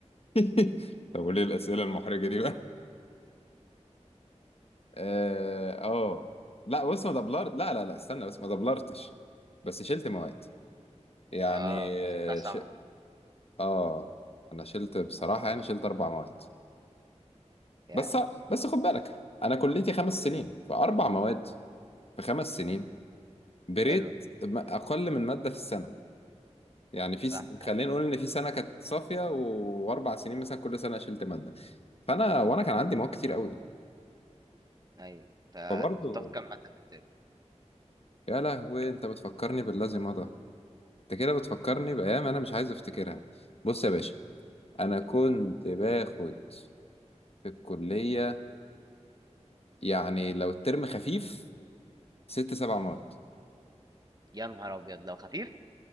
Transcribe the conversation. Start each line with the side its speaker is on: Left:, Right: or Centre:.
Left: <laughs> طب وليه الأسئلة المحرجة دي اه آه. لا بص ما دبلرت لا لا لا استنى بس ما دبلرتش بس شلت مواد يعني
Right: آه، أنا
Left: اه
Right: خدتها summer
Left: ش... آه. انا شلت بصراحة
Right: آه،
Left: يعني شلت اربع مواد
Right: ياه!
Left: بس بس خد بالك انا كليتي خمس سنين فاربع مواد في خمس سنين بريت
Right: حلوة،
Left: م- اقل من مادة في السنة يعني في
Right: صح
Left: س... خلينا نقول ان في سنة كانت صافية و... واربع سنين مثلا كل سنة شلت مادة فانا وانا كان عندي مواد كتير قوي
Right: أيوه. أنت أنت
Left: فبرضه
Right: كنت بتاخد كام مادة في الترم؟
Left: يا لهوي انت بتفكرني بالذي مضى انت كده بتفكرني بأيام أنا مش عايز أفتكرها بص يا باشا أنا كنت
Right: إمم.
Left: باخد في الكلية يعني لو الترم خفيف ست سبع مواد
Right: يا نهار أبيض! لو خفيف؟